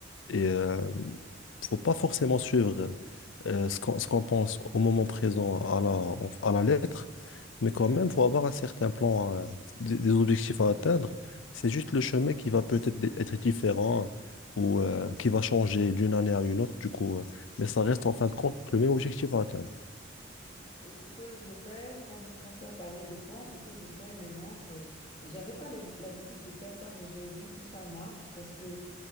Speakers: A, on the left (about 85°); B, on the left (about 25°).
A: Et euh, faut pas forcément suivre euh, ce qu'on ce qu'on pense au moment présent à la, en- à la lettre,
B: mhm,
A: mais quand même, faut avoir un certain plan, euh, des, des objectifs à atteindre.
B: mhm.
A: C'est juste le chemin qui va peut-être dé- être différent ou euh, qui va changer d'une année à une autre, du coup. euh, mais ça reste en fin de compte le même objectif à atteindre.
B: Effectivement. Et ce que je fais, comme quand tu as parlé de plans, ce que je fais maintenant, c'est, et j'avais pas l'hab- l'habitude de faire ça, mais j'ai vu que ça marche parce que